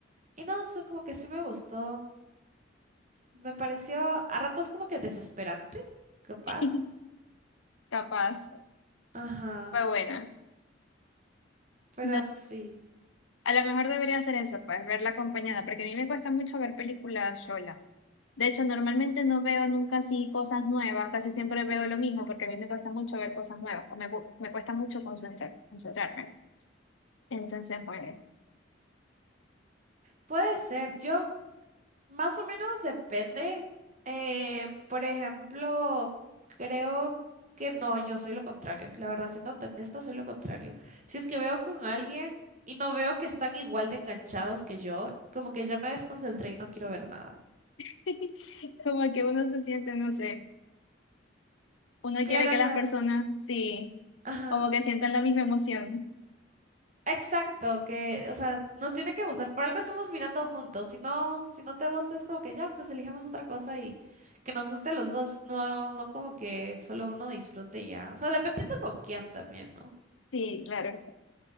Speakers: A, on the right; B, on the left.
A: Y no, o sea, como que sí me gustó. Me pareció a ratos como que desesperante, capaz.
B: <laughs> Capaz,
A: Ajá,
B: fue buena.
A: pero
B: No,
A: sí.
B: A lo mejor debería hacer eso, pues, verla acompañada, porque a mí me cuesta mucho ver películas sola. De hecho, normalmente no veo nunca así cosas nuevas, casi siempre veo lo mismo, porque a mí me cuesta mucho ver cosas nuevas, o me, cu- me cuesta mucho concentrar- concentrarme. Entonces, bueno.
A: Puede ser. Yo Más o menos depende. Eh, por ejemplo, creo que no, yo soy lo contrario. La verdad, siendo honesta, soy lo contrario. Si es que veo con alguien y no veo que están igual de enganchados que yo, como que ya me desconcentré y no quiero ver nada.
B: <laughs> como que uno se siente, no sé, uno
A: Claro,
B: quiere que
A: o sea,
B: las personas, sí,
A: ajá.
B: como que sientan la misma emoción.
A: Exacto, que, o sea, nos tiene que gustar. Por algo estamos mirando juntos. Si no, si no te gusta, es como que ya, pues elijamos otra cosa y que nos guste a los dos. No, no como que solo uno disfrute y ya. O sea, dependiendo con quién también, ¿no?
B: Sí, claro.